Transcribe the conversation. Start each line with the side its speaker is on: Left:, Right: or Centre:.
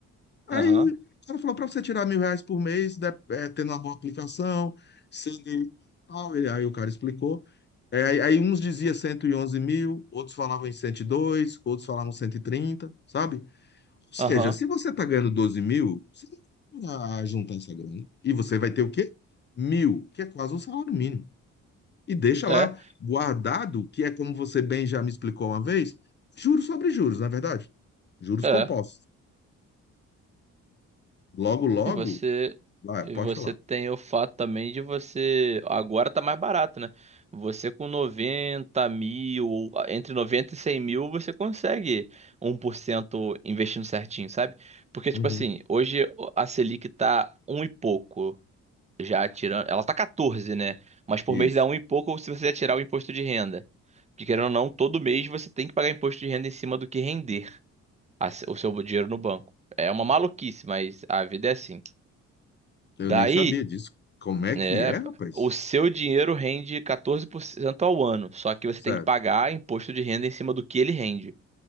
Left: Aí
Right: Aham,
Left: ela falou para você tirar mil reais por mês, de- é, tendo uma boa aplicação, sendo e tal. Ele- Aí o cara explicou. É, aí aí uns diziam cento e onze mil, outros falavam em 102, outros falavam 130, sabe? Ou seja,
Right: aham,
Left: se você está ganhando doze mil, você não vai juntar essa grana. E você vai ter o quê? Mil, que é quase um salário mínimo. E deixa
Right: é,
Left: lá guardado, que é como você bem já me explicou uma vez, juros sobre juros, não é verdade? Juros
Right: é.
Left: compostos. Logo, logo,
Right: E você,
Left: vai,
Right: e
Left: pode
Right: você
Left: falar.
Right: tem o fato também de você. Agora tá mais barato, né? Você com noventa mil, ou ah, entre noventa e cem mil, você consegue um por cento investindo certinho, sabe? Porque,
Left: Uhum,
Right: tipo assim, hoje a Selic tá um e pouco, já tirando. Ela tá 14, né? Mas por
Left: isso.
Right: mês dá um e pouco se você já tirar o imposto de renda. Porque, querendo ou não, todo mês você tem que pagar imposto de renda em cima do que render a- o seu dinheiro no banco. É uma maluquice, mas a vida é assim.
Left: Eu
Right: Daí,
Left: nem sabia disso. Como é que
Right: é,
Left: é, rapaz?
Right: o seu dinheiro rende 14% ao ano, só que você
Left: Certo.
Right: tem que pagar imposto de renda em cima do que ele rende.